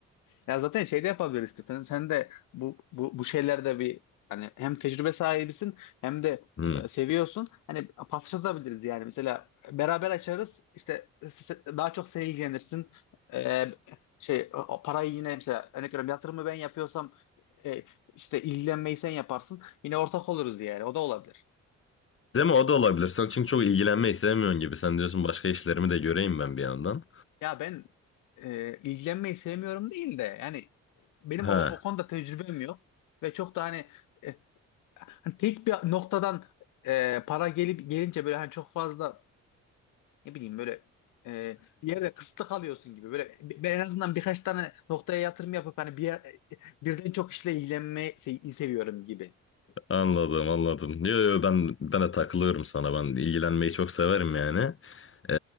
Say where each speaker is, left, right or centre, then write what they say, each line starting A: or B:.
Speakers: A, on the left (about 90°); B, on the left (about 45°).
A: Ya zaten şey de yapabiliriz işte. Sen, sen de bu, bu, bu şeylerde bir hani hem tecrübe sahibisin hem de
B: Hmm.
A: e, seviyorsun. Hani paslaşabiliriz yani. Mesela beraber açarız. İşte s- s- daha çok sen ilgilenirsin. E, şey o- o parayı yine mesela örnek veriyorum yatırımı ben yapıyorsam e, işte ilgilenmeyi sen yaparsın. Yine ortak oluruz yani. O da olabilir.
B: Değil mi? O da olabilir. Sen çünkü çok ilgilenmeyi sevmiyorsun gibi. Sen diyorsun başka işlerimi de göreyim ben bir yandan.
A: Ya ben e, ilgilenmeyi sevmiyorum değil de yani benim
B: Ha,
A: o, o konuda tecrübem yok ve çok da hani e, tek bir noktadan e, para gelip gelince böyle hani çok fazla ne bileyim böyle e, bir yerde kısıtlı kalıyorsun gibi. Böyle ben en azından birkaç tane noktaya yatırım yapıp hani bir yer, e, birden çok işle ilgilenmeyi se- seviyorum gibi.
B: anladım anladım. Yo, yo, ben ben de takılıyorum sana. Ben ilgilenmeyi çok severim yani. Ee,